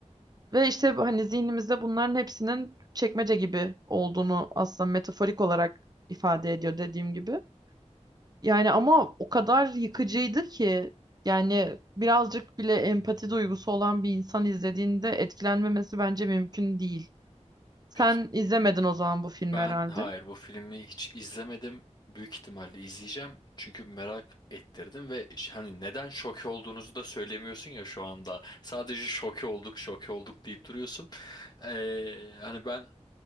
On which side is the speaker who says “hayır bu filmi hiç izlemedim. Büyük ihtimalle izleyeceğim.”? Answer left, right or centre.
Left